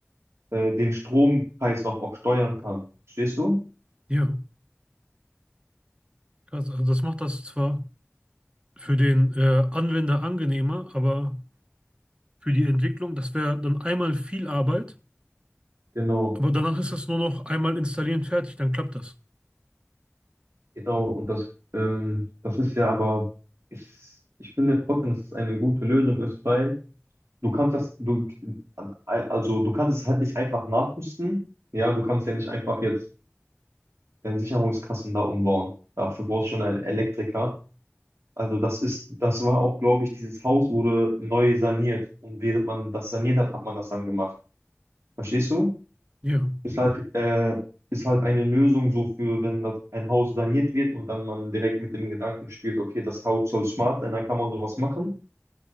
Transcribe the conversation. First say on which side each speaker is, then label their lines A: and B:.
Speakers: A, on the right (about 70°); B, on the right (about 20°).
A: äh, den Strompreis auch, auch steuern kann. Verstehst du?
B: Ja, krass. Also das macht das zwar für den äh, Anwender angenehmer, aber für die Entwicklung, das wäre dann einmal viel Arbeit,
A: Genau,
B: aber danach ist das nur noch einmal installieren, fertig, dann klappt das.
A: genau. Und das, ähm, das ist ja aber, ich, ich finde trotzdem, dass es eine gute Lösung ist, weil Du kannst das, du, äh, also du kannst es halt nicht einfach nachrüsten. Ja, du kannst ja nicht einfach jetzt deine Sicherungskassen da umbauen. Dafür brauchst du schon einen Elektriker. Also das ist, das war auch, glaube ich, dieses Haus wurde neu saniert. Und während man das saniert hat, hat man das dann gemacht. Verstehst du?
B: Ja.
A: Ist halt, äh, ist halt eine Lösung so für, wenn das ein Haus saniert wird und dann man direkt mit dem Gedanken spielt, okay, das Haus soll smart sein, dann kann man sowas machen.